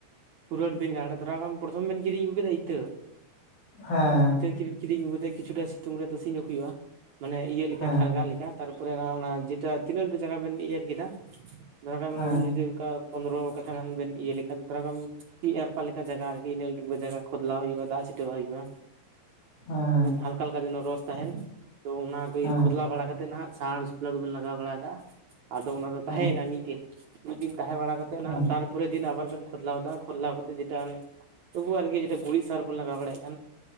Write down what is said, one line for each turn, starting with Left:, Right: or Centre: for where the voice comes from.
Right: ᱯᱩᱨᱟᱹᱴ ᱵᱮᱸᱜᱟᱲ ᱛᱷᱚᱲᱟ ᱜᱟᱱ ᱯᱨᱚᱛᱷᱚᱢ ᱵᱤᱱ ᱠᱤᱨᱤᱧ ᱟᱹᱜᱩ ᱠᱮᱫᱟ ᱤᱛᱟᱹ
Left: ᱦᱮᱸ
Right: ᱤᱛᱟᱹ ᱠᱤᱨᱤ ᱠᱤᱨᱤᱧ ᱟᱹᱜᱩ ᱠᱟᱛᱮᱫ ᱠᱤᱪᱷᱩᱴᱟ ᱥᱤᱛᱩᱝ ᱨᱮ ᱛᱟᱥᱤ ᱧᱚᱜ ᱦᱩᱭᱩᱜᱼᱟ᱾ ᱢᱟᱱᱮ ᱤᱭᱟᱹ ᱞᱮᱠᱟ
Left: ᱦᱮᱸ
Right: ᱠᱷᱟᱨᱜᱟ ᱞᱮᱠᱟ ᱛᱟᱨᱯᱚᱨᱮ ᱚᱱᱟ ᱡᱮᱴᱟ ᱛᱤᱱᱟᱹᱜ ᱞᱟᱹᱴᱩ ᱡᱟᱸᱜᱟ ᱵᱤᱱ ᱤᱭᱟᱹ ᱠᱮᱫᱟ᱾ ᱡᱟᱦᱟᱸ ᱠᱷᱟᱱ ᱢᱮ
Left: ᱦᱮᱸ
Right: ᱟᱵᱤᱱ ᱡᱩᱫᱤ᱾ ᱚᱱᱠᱟ ᱯᱚᱸᱱᱨᱚ ᱠᱟᱴᱷᱟ ᱜᱟᱱ ᱵᱤᱱ ᱤᱭᱟᱹ ᱞᱮᱠᱷᱟᱱ, ᱛᱷᱚᱲᱟ ᱜᱟᱱ ᱤ-ᱮᱨᱯᱟ ᱞᱮᱠᱟ ᱡᱟᱜᱟ ᱟᱨᱠᱤ ᱤᱱᱟᱹ <unintelligible> ᱡᱟᱭᱜᱟ᱾ ᱠᱷᱳᱫᱽᱞᱟ ᱦᱩᱭᱩᱜ-ᱟ ᱫᱟᱜ ᱥᱤᱴᱟᱹᱣᱟᱭ ᱦᱩᱭᱩᱜ-ᱟ᱾
Left: ᱦᱮᱸ ᱦᱮᱸ
Right: ᱦᱟᱞᱠᱟ ᱦᱟᱞᱠᱟ ᱡᱮᱱᱚ ᱨᱚᱥ ᱛᱟᱦᱮᱸᱱ ᱛᱚ ᱚᱱᱟ ᱜᱮ
Left: ᱦᱮᱸ
Right: ᱠᱷᱚᱫᱽᱞᱟ ᱵᱟᱲᱟ ᱠᱟᱛᱮᱫ ᱱᱟᱦᱟᱜ ᱥᱟᱨ ᱵᱟᱯᱞᱟ ᱠᱚᱵᱚᱱ ᱞᱟᱜᱟᱣ ᱵᱟᱲᱟᱭᱫᱟ ᱟᱫᱚ ᱚᱱᱟ ᱫᱚ
Left: ᱦᱮᱸ
Right: ᱛᱟᱦᱮᱸᱭᱮᱱᱟ
Left: ᱦᱮᱸ
Right: ᱢᱤᱫ ᱫᱤᱱ ᱢᱤᱫ ᱫᱤᱱ ᱛᱟᱦᱮᱸ ᱵᱟᱲᱟ ᱠᱟᱛᱮ
Left: ᱦᱮᱸ
Right: ᱱᱟᱜ ᱛᱟᱨ ᱯᱚᱨᱮᱨ ᱫᱤᱱ ᱟᱵᱟᱨ ᱵᱮᱱ ᱠᱷᱚᱫᱽᱞᱟᱣ ᱫᱟ ᱠᱷᱚᱫᱽᱞᱟᱣ ᱠᱟᱛᱮ ᱡᱮᱴᱟ ᱚᱱᱮ ᱛᱚᱵᱩ ᱟᱨᱠᱤ ᱡᱮᱴᱟ ᱜᱩᱨᱤᱡ ᱥᱟᱨ ᱵᱚᱱ ᱞᱟᱜᱟᱣ ᱵᱟᱲᱟᱭᱮᱜ ᱠᱷᱟᱱ